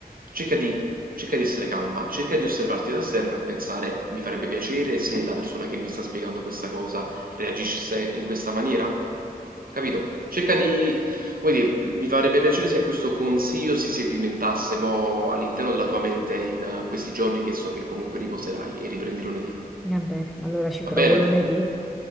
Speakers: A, on the right (about 60°); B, in the centre.
A: cerca di Cerca di essere calma, cerca di osservarti da esterno e pensare: mi farebbe piacere se la persona che mi sta spiegando questa cosa reagisse in questa maniera? Capito? Cerca di, come dire, mi farebbe piacere se questo consiglio si sedimentasse mo all'interno della tua mente in eh, questi giorni che so che comunque riposerai e riprendi lunedì.
B: Va bene, allora ci provo
A: Va bene?
B: lunedì.